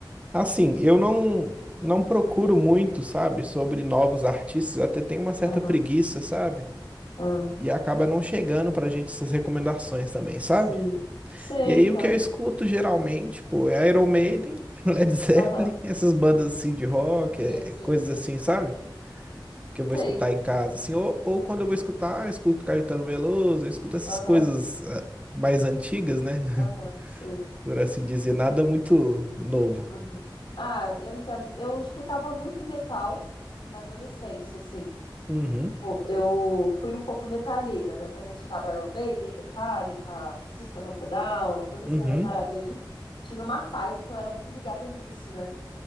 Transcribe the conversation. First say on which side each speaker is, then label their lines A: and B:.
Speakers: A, on the right (about 15°); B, on the left (about 80°).
A: Assim, eu não não procuro muito, sabe, sobre novos artistas, até tenho uma certa
B: Aham,
A: preguiça, sabe?
B: aham,
A: E acaba não chegando pra gente essas recomendações também, sabe?
B: sim. Sei,
A: E aí
B: tá.
A: o que eu escuto geralmente, pô, é Iron Maiden, <laughs> Led Zeppelin,
B: Aham,
A: essas bandas assim de rock,
B: sei,
A: é,
B: sei.
A: coisas assim, sabe? que eu vou
B: Sei,
A: escutar em casa, assim, ou, ou quando eu vou escutar, eu escuto Caetano Veloso, eu escuto essas
B: aham,
A: coisas ah, mais antigas, né?
B: aham, sei.
A: Por assim dizer, nada muito novo.
B: Uhum. Ah, eu entendo. Eu escutava muito metal na adolescência, assim.
A: Uhum,
B: Tipo, eu fui um pouco metaleira, né? Também escutava Iron Maiden, Metallica, System of a Down, toda essa
A: uhum,
B: parada aí. Tive uma fase que eu era muito ligada nisso, né?